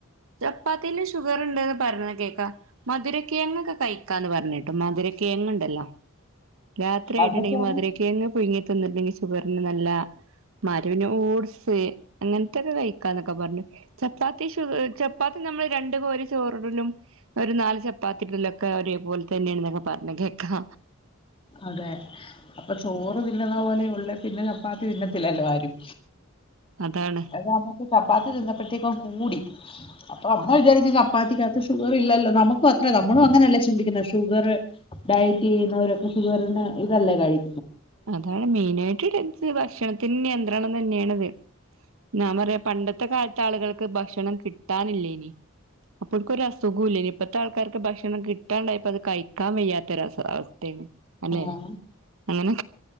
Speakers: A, on the right; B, on the left.
A: ചപ്പാത്തിൽ ഷുഗർ ഉണ്ടന്ന് പറഞ്ഞ കേൾക്കാ മധുര കിഴങ്ങൊക്കെ കഴിക്കാന്ന് പറഞ്ഞിട്ടും മധുര കേഴങ്ങങ്ണ്ടല്ലോ രാത്രി ആയിട്ടുണ്ടെങ്കി
B: അതൊക്കെയാണ്
A: മധുരക്കിഴങ്ങ് പുഴുങ്ങി തിന്നിട്ണ്ടെങ്കി ഷുഗറിന് നല്ല. മരുപിനെ ഓട്സ് എ അങ്ങൻ ത്തെക്കെ കഴിക്കാന്നൊക്കെ പർഞ്ഞു. ചപ്പാത്തി ഷു ചപ്പാത്തി നമ്മൾ രണ്ട് കോരി ചോറിടലും ഒരു നാല് ചപ്പാത്തിട്ലോക്കെ ഒരേപോലെ തന്നെൺന്നൊക്കെ പർഞ്ഞു കേക്കാ.
B: അതെ അപ്പൊ ചോറ് തിന്നുന്ന പോലെ ഉള്ള പിന്നെ ചപ്പാത്തി തിന്നത്തില്ലല്ലോ ആരും
A: അതാണ്
B: അത് നമ്മുക്ക് ചപ്പാത്തി തിന്നപ്പോഴത്തേക്കും കൂടി അപ്പൊ അമ്മ വിചാരിച് ചപ്പാത്തിക്കകത്ത് ഷുഗർ ഇല്ലല്ലോ. നമുക്കും അത്ര നമ്മളും അങ്ങനെയല്ലേ ചിന്തിക്കുന്നെ ഷുഗറ് ഡയറ്റ് ചെയ്യുന്നവരൊക്കെ ഷുഗറിന് ഇതല്ല കഴി
A: അതാണ് മെയിനായിട്ട് <unintelligible> ഭക്ഷണത്തിൻ നി <unintelligible> തന്നെണ് വെ ഞാൻ പറയാ പണ്ടത്തെ കാ ത്തെ ആളുകൾക്ക് ഭക്ഷണം കിട്ടാനില്ലേയിനി. അപ്പോര്ക്ക് ഒരസുഗോല്ലേയ്നി. ഇപ്പത്തെ ആൾക്കാർക്ക് ഭക്ഷണം കിട്ടാൻണ്ടായപ്പോ അത് കഴിക്കാൻ വയ്യാത്തൊര സ അവസ്ഥേയിനി. അല്ലെ
B: ആഹ്
A: അങ്ങനെ